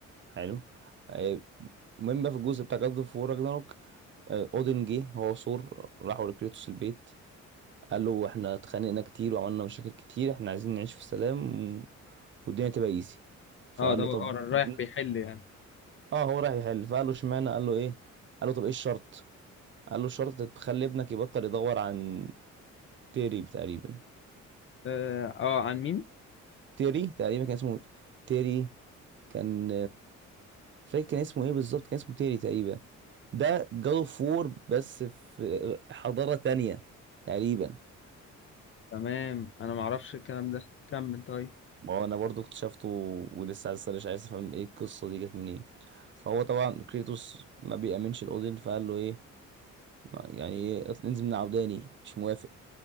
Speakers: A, on the right (about 40°); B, on the left (about 45°).
A: حلو آه، المهم بقى في الجزء بتاع جاد اوف وور راجناروك اودن جه هو وثور راحوا لكريتوس البيت قال له احنا اتخانقنا كتير وعملنا مشاكل كتير احنا عايزين نعيش في سلام و- والدنيا تبقى ايزي فقال
B: اه ده
A: له
B: هو-
A: طب
B: اه
A: اشمعنى؟
B: رايح بيحل يعني
A: اه هو رايح يحل فقال له اشمعنى قال له ايه قال له طب ايه الشرط قال له الشرط تخلي ابنك يبطل يدور عن تيري تقريبا
B: اه آه، عن مين
A: تيري تقريبا كان اسمه تيري كان مش فاكر كان اسمه ايه بالظبط كان اسمه تيري تقريبا ده جاد اوف وور بس في حضارة تانية تقريبا
B: تمام انا ما اعرفش الكلام ده كمل طيب
A: ما هو انا برضو اكتشفته ولسه عايز اسأل، مش عايز افهم ايه القصة دي جت منين فهو طبعا كريتوس ما بيأمنش الاودين فقال له ايه ما- يعني ايه اطل- انزل من عوداني مش موافق